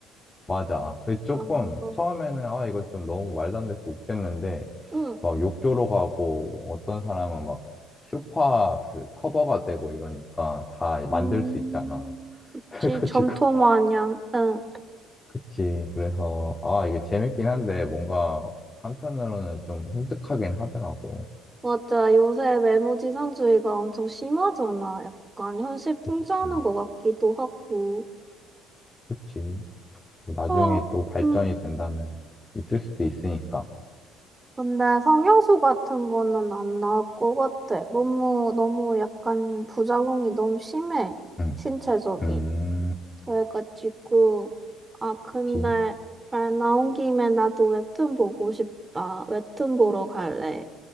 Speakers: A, on the left (about 20°); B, on the right (about 20°).
A: 맞아. 그 조금
B: 어,
A: 처음에는 아 이거 좀 너무 말도 안 돼서 웃겼는데
B: 응.
A: 막 욕조로 가고 어떤 사람은 막 쇼파 그 커버가 되고 이러니까 다 만들
B: 음,
A: 수 있잖아.
B: 혹시
A: <laughs> 그래가지고
B: 점토 마냥, 응.
A: 그치. 그래서 아 이게 재밌긴 한데 뭔가 한편으로는 좀 섬뜩하긴 하더라고.
B: 맞아. 요새 메모지상주의가 엄청 심하잖아. 약간 현실 풍자하는
A: 그치.
B: 것 같기도 하고.
A: 그치. 뭐 나중에
B: 어,
A: 또 발전이
B: 음.
A: 된다면 있을 수도 있으니까.
B: 근데 성형수 같은 거는 안 나올 것 같아. 너무, 너무 약간 부작용이 너무 심해.
A: 응.
B: 신체적인.
A: 음.
B: 그래가지고, 아, 근데
A: 그치.
B: 말 나온 김에 나도 웹툰 보고 싶다. 웹툰 보러 갈래.